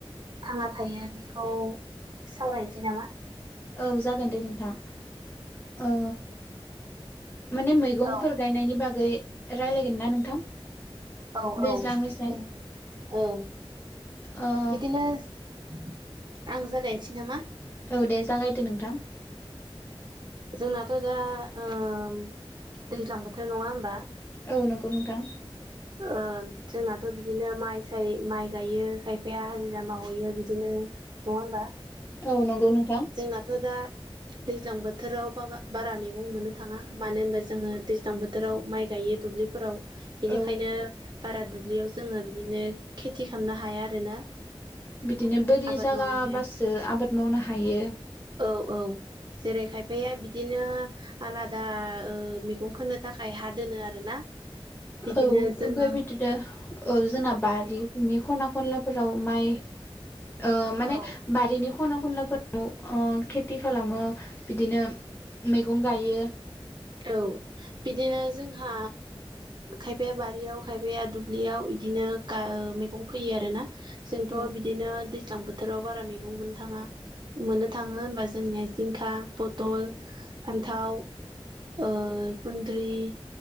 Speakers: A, on the right; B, on the left.
A: थांना थायो बेखौ सावरायनोसै नामा
B: औ जागोन दे नोंथां ओ माने मैगंफोर
A: औ
B: गायनायनि बागै रायलायगोन ना नोंथां
A: औ
B: दैज्लां
A: औ
B: मेसें
A: बे औ
B: ओ
A: बिदिनो आं जागायनोसै नामा
B: औ दे जागायदो नोंथां
A: जोंनाथ' दा ओ दैज्लां बोथोर नङा होमबा
B: औ नंगौ नोंथां
A: ओ‌जोंनाथ' बिदिनो माइ साइ माइ गायो खायफाया हाजिरा मावहैयो बिदिनो नङा होमबा
B: औ नंगौ नों
A: जोंनाथ' दा दैज्लां बोथोराव बारा मैगं मोननो थाङा मानो होनबा जोङो दैज्लां बोथोराव माइ गाय यो दुब्लिफोराव बेनिखायनो
B: औ
A: बारा दुब्लियाव जोङो बिदिनो खेथि खालामनो हाया आरोना
B: बिदिनो बोरि
A: आबाद
B: जागाबासो
A: मावनो हाया
B: आबाद मावनो हायो
A: औ औ जेरै खायफाया बिदिनो आलादा औ मैगं फोनो थाखाय हा दोनो आरोना बिदिनो
B: औ
A: जोङो
B: ओमफ्राय बिदिनो औ जोंना बारिनि खना ख खनलाफोराव माइ ओ माने
A: औ
B: बारिनि ख खना खनलाफोराव ओ खेथि खालामो बिदिनो मैगं गायो‌।
A: औ बिदिनो जोंहा खायफाया बारियाव खायफाया दुब्लियाव बिदिनो गा मैगं फोयो आरोना। जोंथ'
B: औ
A: बिदिनो दैज्लां बोथोराव बारा मैगं मोननो थाङा। मोननो थाङो होनबा जोंनिया जिंखा, पथल, फान्थाव ओ गुन्द्रि